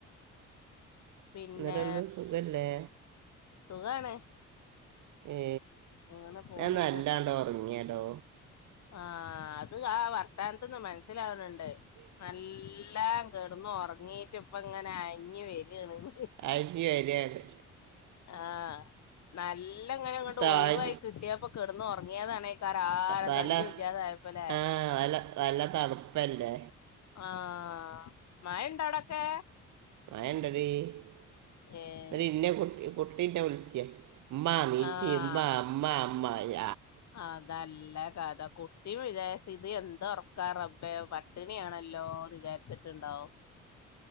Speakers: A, on the left; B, on the right.
A: പിന്നെ
B: നിരന്തരം സുഖല്ലേ
A: സുഖാണ്
B: ഏ
A: അങ്ങനെ പോണുണ്ട്
B: ഞാൻ നല്ലാണ്ടോ ഉറങ്ങിയടോ
A: ആഹ അത് ആ വർത്താനത്തന്നന്ന് മനസ്സിലാവണണ്ട് നല്ലാം <inaudible> ഇന്ന് ഉറങ്ങീട്ട് ഇപ്പം അങ്ങനെ <unintelligible> വരണന്ന്
B: അഞ്ച് വരെയാണ്
A: ആഹ നല്ല ഇങ്ങനെ അങ്ങോട്ട്
B: താഴ്
A: ഒഴവായി കിട്ടിയപ്പ കിടന്ന് ഉറങ്ങിയതാണ <unintelligible>
B: തല
A: ഇല്ലാതായപ്പോല്ലെ <inaudible>
B: ആ നല്ല നല്ല തണുപ്പല്ലേ
A: ആഹ മ ഇണ്ടടൊക്കെ
B: വയണ്ടടി <unintelligible>
A: ഏ
B: ഇന്ന കുട്ടി കുട്ടീന്റെ വിളിച്ച മാമീച്
A: ആഹ്
B: മാ മാ മായ
A: അതല്ല കഥ കുട്ടി വിചാരിച് <inaudible> ക്കാ റബ്ബയ പട്ടിണിയ ആണല്ലോ വിചാരിച്ചിട്ടുണ്ടാവും